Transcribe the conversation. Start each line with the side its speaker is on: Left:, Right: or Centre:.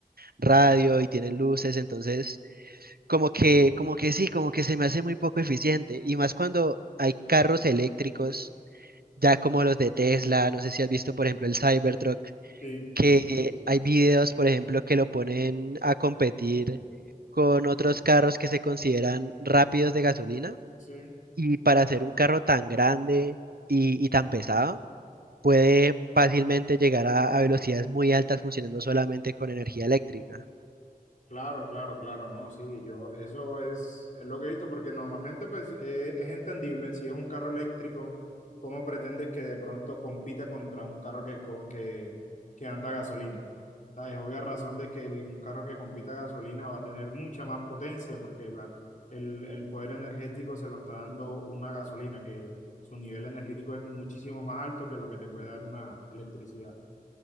Right: radio y tienen luces, entonces como que, como que sí, como que se me hace muy poco eficiente. Y más cuando hay carros eléctricos ya como los de Tesla, no sé si has visto, por ejemplo, el Cybertruck,
Left: Sí,
Right: que
Left: sí,
Right: eh,
Left: sí, sí, lo
Right: hay
Left: he
Right: videos,
Left: visto.
Right: por ejemplo, que lo ponen a competir con otros carros que se consideran rápidos de gasolina,
Left: Sí.
Right: y para hacer un carro tan grande y, y tan pesado, puede fácilmente llegar a, a velocidades muy altas funcionando solamente con energía eléctrica.
Left: Claro, claro, claro, no, sí, yo, eso es, es lo que he visto, porque normalmente pues eh, es entendible, si es un carro eléctrico, ¿cómo pretendes que de pronto compita contra un carro que, co- que, que anda a gasolina? Ah, Es obvia razón de que el- un carro que compita a gasolina va a tener mucha más potencia, porque la, el, el poder energético se lo está dando una gasolina, que su nivel energético es muchísimo más alto que lo que te puede dar una electricidad